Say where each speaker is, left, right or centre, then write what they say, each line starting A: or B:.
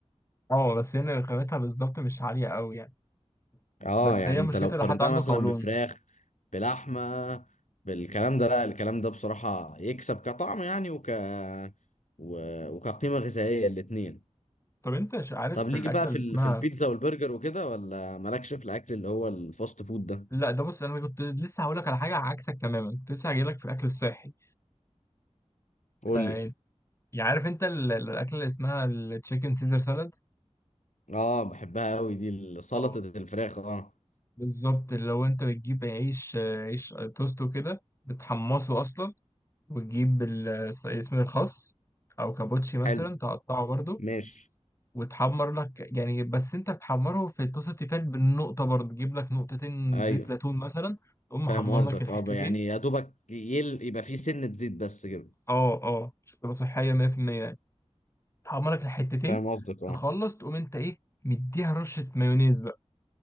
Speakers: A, on the left; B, on the left.
A: اه بس هنا رخامتها بالظبط مش عاليه قوي يعني
B: اه
A: بس
B: يعني
A: هي
B: انت
A: مشكلتها
B: لو قارنتها
A: لو حد عنده
B: مثلا
A: قولون
B: بفراخ بلحمه بالكلام ده لا الكلام ده بصراحه يكسب كطعم يعني وك و... وكقيمه غذائيه الاتنين
A: طب انت ش- عارف
B: طب
A: في
B: ليك
A: الاكله
B: بقى
A: اللي
B: في
A: اسمها
B: ال... في البيتزا والبرجر وكده ولا مالكش في الاكل اللي هو الفاست فود ده
A: لا ده بص انا كنت لسه هقول لك على حاجه عكسك تماما كنت لسه هجيلك في الاكل الصحي
B: قول
A: فانت
B: لي
A: يعني عارف انت ال- الاكله اللي اسمها التشيكن سيزر سالاد
B: اه بحبها قوي دي ال- سلطه
A: او
B: الفراخ اه
A: بالظبط اللي هو انت بتجيب عيش آه، عيش توست وكده بتحمصه اصلا وتجيب ال- آه، اسمه الخس او كابوتشي مثلا
B: حلو
A: تقطعه برضو
B: ماشي
A: وتحمر لك يعني بس انت بتحمره في طاسه تيفال بالنقطه برضو تجيب لك نقطتين
B: ايوه
A: زيت زيتون مثلا تقوم محمر
B: فاهم قصدك
A: لك الحتتين
B: اه يعني يا دوبك يل... يبقى فيه سنه زيت بس كده
A: اه اه عشان تبقى صحيه 100% يعني تحمر لك الحتتين
B: فاهم قصدك اه
A: تخلص تقوم انت ايه مديها رشه مايونيز